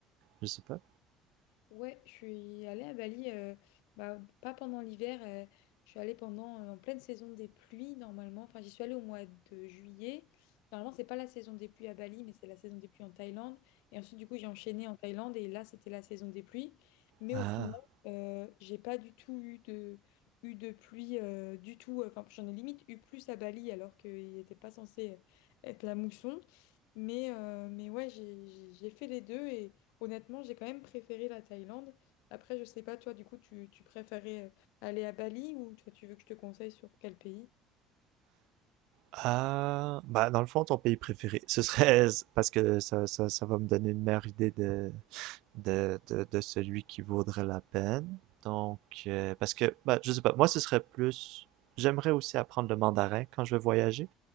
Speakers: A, on the right; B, on the left.
A: je sais pas.
B: Ouais, je suis allée à Bali, euh, bah, pas pendant l'hiver, euh, je suis allée pendant, euh, en pleine saison des pluies normalement. Enfin, j'y suis allée au mois de juillet. Normalement, c'est pas la saison des pluies à Bali, mais c'est la saison des pluies en Thaïlande. Et ensuite, du coup, j'ai enchaîné en Thaïlande et là, c'était la saison des pluies. Mais
A: Ah.
B: au final, euh, j'ai pas du tout eu de, eu de pluie euh, du tout. Enfin, j'en ai limite eu plus à Bali alors qu'il n'était pas censé être la mousson. Mais, euh, mais ouais, j'ai j'ai- j'ai fait les deux Honnêtement, j'ai quand même préféré la Thaïlande. Après, je sais pas, toi, du coup, tu, tu préférais aller à Bali ou toi, tu veux que je te conseille sur quel pays?
A: Ah, bah dans le fond, ton pays préféré, ce serait parce que ça, ça, ça va me donner une meilleure idée de, de, de, de celui qui vaudrait la peine. Donc, euh, parce que, bah, je sais pas, moi, ce serait plus, j'aimerais aussi apprendre le mandarin quand je vais voyager.